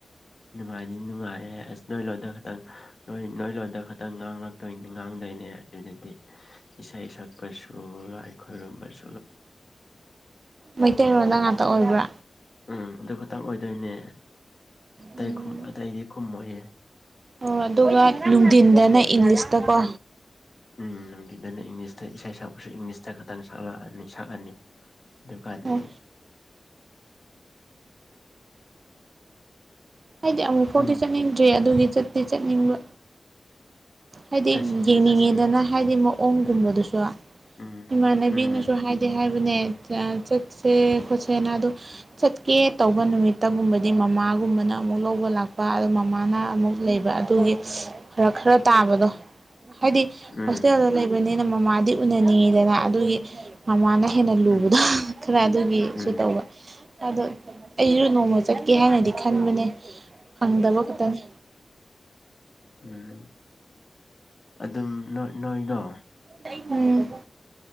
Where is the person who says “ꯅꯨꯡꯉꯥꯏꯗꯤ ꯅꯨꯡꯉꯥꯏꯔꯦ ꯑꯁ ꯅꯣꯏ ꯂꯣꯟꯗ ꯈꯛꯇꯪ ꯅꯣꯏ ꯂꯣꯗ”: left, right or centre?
Left